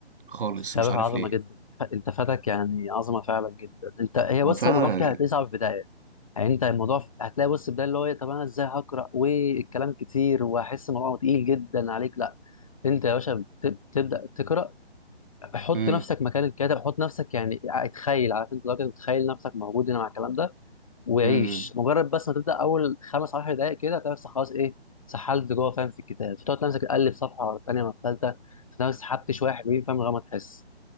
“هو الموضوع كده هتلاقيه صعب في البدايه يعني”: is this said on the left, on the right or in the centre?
Left